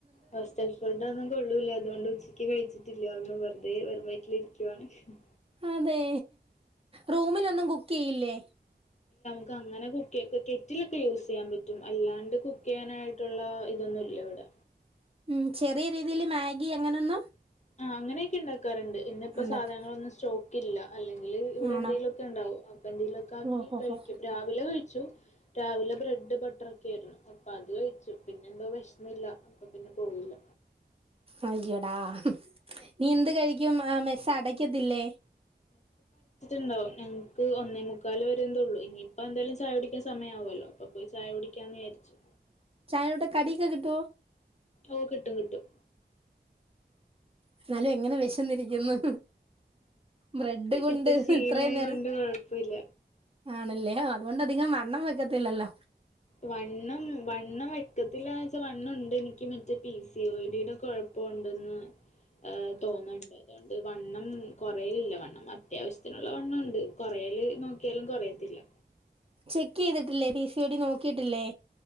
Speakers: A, on the left; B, on the right.
A: ഹോസ്റ്റൽ ഫുഡ് ഒന്നും കൊള്ളൂല്ല അതുകൊണ്ട് ഉച്ചക്ക് കഴി ച്ചില്ലന്ന് വെറുതെ വെറും വഴറ്റിൽ ഇരിക്കുവാണ് മു
B: അതെ റൂമിലൊന്നും കുക്ക് ചെയ്യില്ലേ
A: ക്ക് അങ്ങനെ കുക്ക് കെറ്റിലൊക്കെ യൂസ് ചെയ്യാൻ പറ്റും അല്ലാണ്ട് കുക്ക് ചെയ്യാനായിട്ടുള്ള ഇതൊന്നു ഇല്ല ഇവിടെ
B: ഉം ചെറിയ രീതിൽ മാഗി അങ്ങനൊന്നും
A: ആ അങ്ങനെയൊക്കെ ഉണ്ടാക്കാറുണ്ട് ഇന്ന ഇപ്പോ
B: ഉണ്ടാക്കാം
A: സാധനങ്ങളന്ന് സ്റ്റോക്ക് ക്കില്ല അല്ലെങ്കിൽ ഇവിടെ
B: ആണോ
A: എന്തെങ്കിലും ഒക്കെ ഉണ്ടാവോ അപ്പൊ എന്തെങ്കലുക്കെ ആക്കി
B: ഓഹോ
A: കഴിക്കും
B: ഹോ
A: രാവിലെ കഴി ച്ചു രാവിലെ ബ്രെഡ് ബട്ടർ ഒക്കെ ആയിരുന്നു അപ്പൊ അത് കഴിച്ചു പിന്നെ എന്തോ വിശമില്ല അപ്പ പിന്നെ പോയില്ല
B: ആയ്യോടാ നീ എന്ത് കഴിക്കും ആ മെസ്സ അടക്കത്തില്ലേ
A: ണ്ടാവും ഞങ്ങക്ക് ഒന്നേ മുക്കാല് വരന്തേ ഉള്ളൂ ഇനിയിപ്പ എന്തായാലും ചായ കുടിക്കാൻ സമയാവല്ലോ അപ്പപ്പോയി ചായ കുടിക്കാന്ന് വിചാരിച്ചു
B: ചായടെ കടിക്കെ കിട്ടുവോ
A: ഓ കിട്ടും കിട്ടും
B: എന്നാലും എങ്ങനെ വിശന്നിരിക്കുന്നു ബ്രെഡ് കൊണ്ട്
A: ഇപ്പൊ ശീലായ
B: ഇത്രയും നേരം
A: കൊണ്ട് കൊഴപ്പമില്ല
B: ആണല്ലേ അതുകൊണ്ട് അധികം വണ്ണം വെക്കത്തില്ലല്ലോ
A: വണ്ണം വണ്ണം വെക്കത്തില്ലാച്ചാ വണ്ണംണ്ട് എനിക്ക് മറ്റേ പീസി ഓ ഡി ടെ കൊഴപ്പം മുണ്ടന്ന് ആ തോന്ന്ണ്ട് അതാണ് അത് വണ്ണം കൊറയലില്ല വണ്ണം അത്യാവശ്യത്തിനുള്ള വണ്ണംഉണ്ട് കൊറയല് നോക്കിയാലും കൊറയത്തില്ല
B: ചെക്ക് ചെയ്തിട്ടില്ലേ പി സി ഓ ഡി നോക്കിട്ടില്ലേ